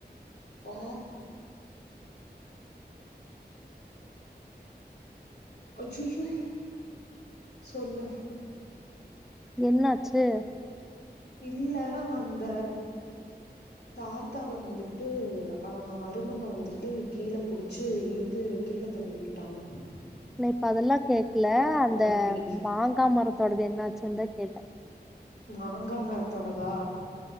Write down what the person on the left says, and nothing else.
ஆ அய்யிய்யோ சொல்லு
இல்ல அந்த தாத்தாவ வந்துட்டு அவங்க மருமக வந்துட்டு கீழ புடிச்சு இழு த்து கீழ தள்ளி உட்டுட்டாங்க
அப்டி
மாங்கா மரத்தோடதா